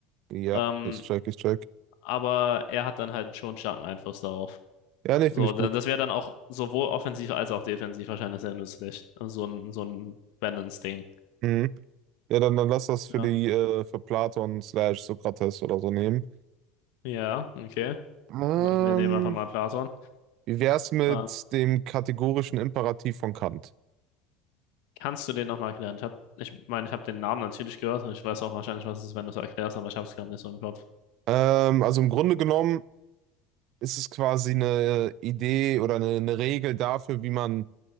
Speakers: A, on the right (about 60°); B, on the left (about 75°).
A: Ja,
B: ähm,
A: ich check, ich check.
B: aber er hat dann halt schon starken Einfluss darauf.
A: Ja, nee,
B: So,
A: finde ich
B: da-
A: gut.
B: das wäre dann auch sowohl offensiv als auch defensiv wahrscheinlich sehr nützlich. Also so ein, so ein Balance-Ding.
A: Mhm. Ja, dann, dann lass das für
B: Ja.
A: die äh, für Platon slash Sokrates oder so nehmen.
B: Ja, okay.
A: Ähm,
B: Dann- Wir nehmen einfach mal Platon.
A: Wie wär's mit
B: Ähm,
A: dem kategorischen Imperativ von Kant?
B: kannst du den nochmal erklären? Ich, hab, ich meine, ich habe den Namen natürlich gehört und ich weiß auch wahrscheinlich, was es ist, wenn du es erklärst, aber ich habe es gerade nicht so im Kopf.
A: Ähm, also im Grunde genommen ist es quasi eine Idee oder eine, eine Regel dafür, wie man